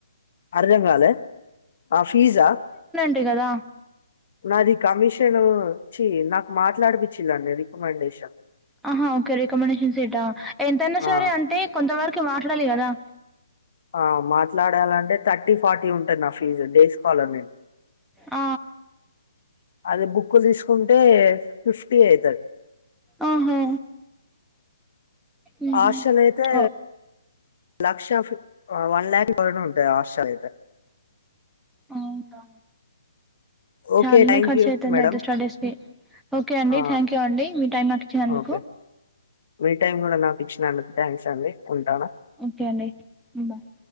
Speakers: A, on the left; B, in the centre.
A: అర్థం కాలే ఆ ఫీజా
B: తే గదా
A: నాది కమిషను ఛీ నాకు మాట్లాడపిచ్చిందండి రికమెండేషన్
B: ఆహా ఓకే రికమండేషన్ సీటా ఎంతైనా సరే
A: ఆ
B: అంటే కొంతవరికి వ చుడాలి గదా
A: ఆ మాట్లాడాలంటే థర్టీ ఫార్టీ ఉంటది నా ఫీజు డేస్ కాలర్ నేను
B: ఆ
A: అది బుక్కు తీసుకుంటే ఫిఫ్టీ అయితది
B: ఆహా మ్మ్.
A: హాస్టల్ అయితే
B: ఓ
A: లక్షా ఫిఫ్ వన్లాక్ వరకు ఉంటయి హాస్టల్ అయితే
B: అవునా
A: ఓకే
B: చాలానే
A: థ్యాంక్
B: ఖర్చు
A: యూ
B: అయితుంది
A: మేడం
B: అయితే స్టడీస్‌కి ఓకే అండి
A: ఆ
B: థ్యాంక్ యూ అండి మీ టైం నాకు ఇచ్చినందుకు
A: ఓకే మీ టైమ్ కూడా నాకు ఇచ్చినందుకు థ్యాంక్స్ అండి ఉంటాను
B: ఓకే అండి బాయ్